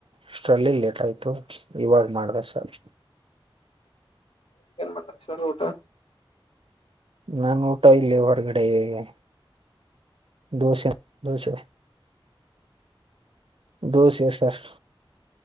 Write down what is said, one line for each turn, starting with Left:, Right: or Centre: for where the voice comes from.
Right: ಅಷ್ಟರಲ್ಲಿ ಲೇಟ್ ಆಯ್ತು ಇವಾಗ ಮಾಡದೇ ಸರ್
Left: ಈಗಏನ್ ಬಂದಾರೆ ಸರ್ ಊಟ
Right: ನಾನು ಊಟ ಇಲ್ಲ ಹೊರಗಡೆ ಇ ದೋಸೆ ದೋಸೆ ದೋಸೆ ಸರ್